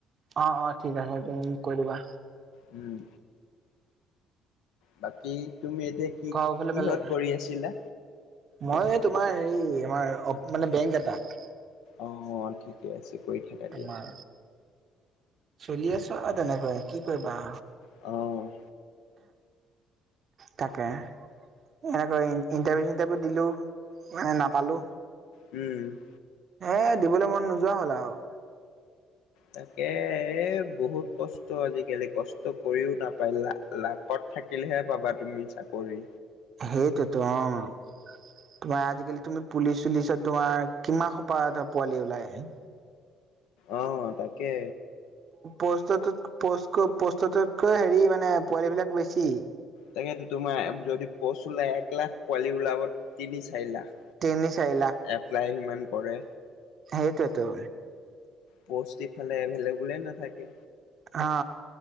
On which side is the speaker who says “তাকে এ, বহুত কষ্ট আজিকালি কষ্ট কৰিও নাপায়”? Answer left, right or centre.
Left